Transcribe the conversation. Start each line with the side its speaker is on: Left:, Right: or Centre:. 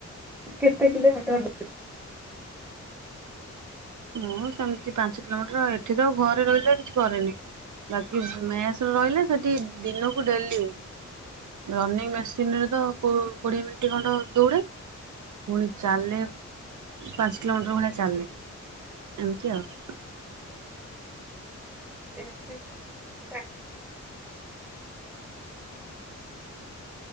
Centre: କେତେ କିିଲୋମିଟର ଦୋ
Right: ମୁଁ ସେମିତି ପାଞ୍ଚ କିଲୋମିଟର ଏଠି ତ ଆଉ ଘରେ ରହିଲେ କିଛି କରେନି। ବାକି ମେସ୍ ରେ ରହିଲେ ସେଠି ଦିନକୁ ଡେଲି। ରନିଂ ମେସିନ୍ ରେ ତ କୋ କୋଡ଼ିଏ ମିନିଟ୍ ଖଣ୍ଡେ ଦୌଡ଼େ। ପୁଣି ଚାଲେ ପାଞ୍ଚ କିଲୋମିଟର ଭଳିଆ ଚାଲେ ଏମିତି ଆଉ।
Centre: <unintelligible>